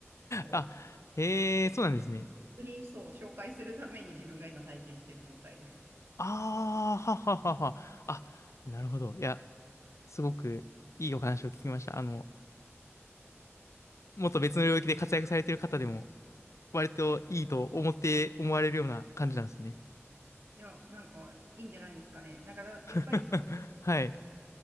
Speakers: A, on the right; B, on the left.
A: なんか本
B: あ、へえ、そうなんですね。
A: 当にそう、紹介するために自分が今体験してる状態です。
B: ああ、はははは。あ、なるほど。いや、すごくいいお話を聞きました。あの、もっと別の領域で活躍されている方でも、割といいと思って、思われるような感じなんですね。
A: いや、なんかいいんじゃないですかね。なんかやっぱりその、
B: <laughs> はい。